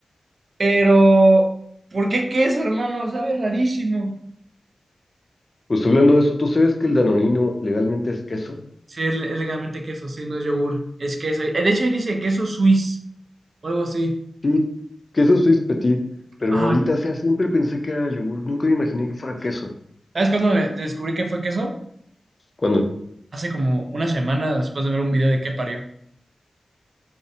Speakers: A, on the right; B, on the left.
A: pero ¿por qué queso, hermano? Sabe rarísimo.
B: Pues hablando de eso, ¿tú sabes que el danonino legalmente es queso?
A: Sí, es, le- es legalmente queso, sí, no es yogur, es queso. Eh, De hecho, ahí dice queso suizo o algo así.
B: Sí, queso Swiss Petit, pero
A: Ajá.
B: maldita sea, siempre pensé que era yogur, nunca me imaginé que fuera queso.
A: ¿Sabes cuándo me- descubrí que fue queso?
B: ¿Cuándo?
A: Hace como una semana después de ver un video de qué parió.